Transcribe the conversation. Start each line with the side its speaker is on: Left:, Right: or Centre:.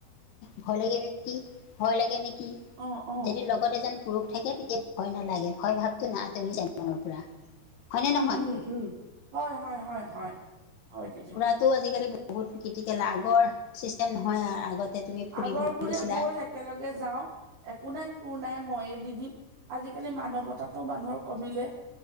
Left: ভয় লাগে নেকি, ভয় লাগে নেকি?
Right: অ অ
Left: যদি লগত এজন পুৰুষ থাকে তেতিয়া ভয় নালাগে, ভয় ভাৱটো ন আঁতৰি যায় মনৰ পৰা। হয়নে
Right: উম-উম-উম,
Left: নহয়
Right: হয়-হয়-হয়-হয়-হয় <unintelligible>
Left: তাতো আজিকালি বহুত ক্ৰিটিকেল আগৰ চিষ্টেম নহয় আৰ আগতে তুমি ফুৰিবলে
Right: আগৰ বোলে
Left: গৈছিলা
Right: ব'ল একেলগে যাওঁ একো নাই তোৰ নাই মইয়ে দি দিম, আজিকালি মানৱতাটো মানুহৰ কমিলে।